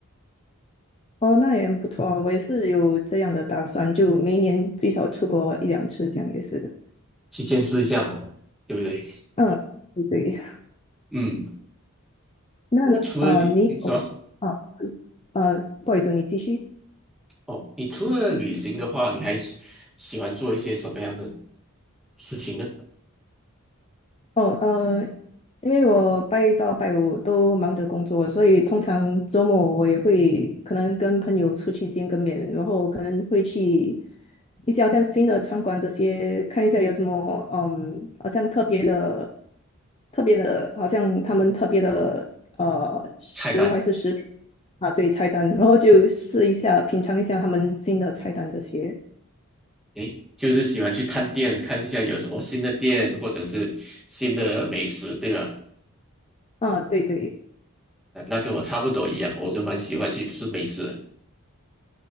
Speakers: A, on the left; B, in the centre.
A: 哦，那也很不错啊。我也是有这样的打算，就每一年最少出国一两次，这样也是。
B: 去见识一下嘛，对不对？
A: 嗯，对。
B: 嗯，
A: 那呃，
B: 那除了旅，
A: 你哦啊，
B: 嗯什么？
A: 呃，不好意思，你继续。
B: 哦，你除了旅行的话，你还喜喜欢做一些什么样的事情呢？
A: 哦，呃，因为我拜一到拜五都忙着工作，所以通常周末我也会可能跟朋友出去见个面，然后可能会去一些好像新的餐馆这些看一下有什么，嗯，好像特别的、特别的，好像他们特别的呃食物还是食品
B: 菜单，
A: 啊，对，菜单，然后就试一下，品尝一下他们新的菜单这些。
B: 诶，就是喜欢去探店，看一下有什么新的店或者是新的美食，对吧？
A: 啊，对对。
B: 啊那跟我差不多一样，我就蛮喜欢去吃美食的。